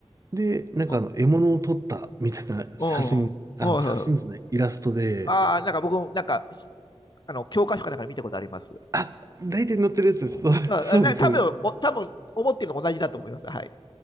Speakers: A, on the right; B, on the left.
A: で、なんかあの、
B: うん。
A: 獲物を撮ったみたいな写真、
B: うん。はい、
A: あの、
B: はい。
A: 写真じゃない、イラストで、
B: ああ、なんか僕も、なんか、あの、教科書かなんかで見たことあります。
A: あ、大体載ってるやつです。そうそうです、
B: まあ、な多分お多分思ってるの同じだと思います。
A: そうです。
B: はい。